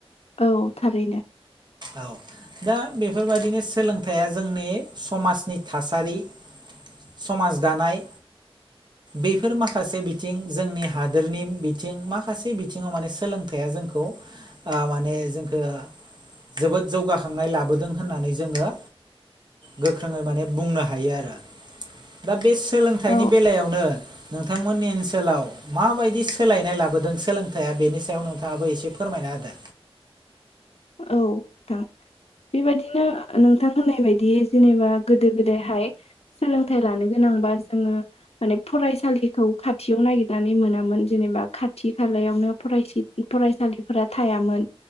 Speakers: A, on the left; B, on the right.
A: औ थारैनो।
B: औ दा बेफोरबायदिनो सोलोंथाइया जोंनि समाजनि थासारि समाज दानाय बेफोर माखासे बिथिं जोंनि हादोरनि बिथिं माखासे बिथिङाव माने सोलोंथाइया जोंखौ आ माने जोंखो जोबोद जौगाखांनाय लाबोदों होननानै जोङो गोख्रोङै माने बुंनो हायो आरो। दा बे सोलोंथाइनि
A: औ
B: बेलायावनो नोंथांमोननि ओनसोलाव माबायदि सोलायनाय लाबोदों सोलोंथाइया बेनि सायाव नोंथाङाबो एसे फोरमायना होदो?
A: औ नोंथां बेबायदिनो नोंथां होननाय बायदि जेनेबा गोदो गोदायहाय सोलोंथाइ लानो गोनांबा जोङो माने फरायसालिखौ खाथियाव नागिरनानै मोनामोन जेनेबा खाथि खालायावनो फराय--थि- फरायसालिफोरा थायामोन